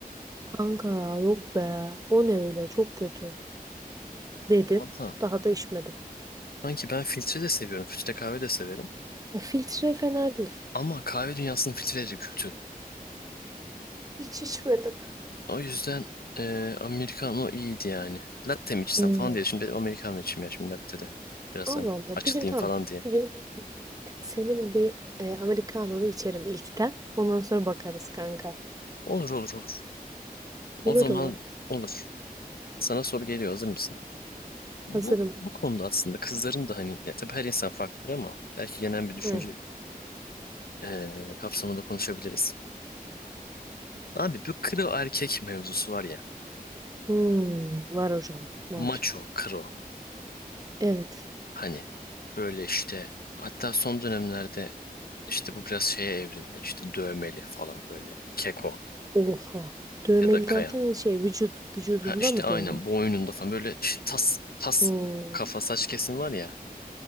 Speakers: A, on the right; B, on the left.
A: Kanka ya yok be. O ne öyle çok kötü. Dedim.
B: Valla
A: Daha da içmedim.
B: Sanki ben filtre de seviyorum. Filtre kahve de severim.
A: Ya filtre fena değil.
B: Ama kahve dünyasının filtreleri kötü.
A: Hiç içmedim.
B: O yüzden eee Americano iyiydi yani. Latte mi içsem
A: Hmm.
B: falan diye. Şimdi dedim Americano içeyim ya şimdi latte de. Biraz
A: Allah
B: hani
A: Allah.
B: açılayım
A: Bir gün tamam.
B: falan diye.
A: Bir gün senin bir e, Amerikanonu içerim ilkten. Ondan sonra bakarız kanka.
B: Olur olur olur.
A: Olur
B: O zaman
A: mu?
B: olur. Sana soru geliyor. Hazır mısın? Bu,
A: Hazırım.
B: bu konuda aslında kızların da hani ya tabii her insan farklıdır ama belki genel bir düşünce
A: Hı.
B: eee kapsamında konuşabiliriz. Abi bu kro erkek mevzusu var ya.
A: Hmm. Var hocam. Var.
B: Macho kro.
A: Evet.
B: Hani böyle işte hatta son dönemlerde işte bu biraz şeye evrildi. işte dövmeli falan böyle keko
A: Oha. Dövmeli
B: ya da kayan.
A: derken hani şey vücut vücudunda
B: Ha işte
A: mı
B: aynen
A: dövme?
B: boynunda falan böyle işte tas tas
A: Oo.
B: kafa saç kesim var ya.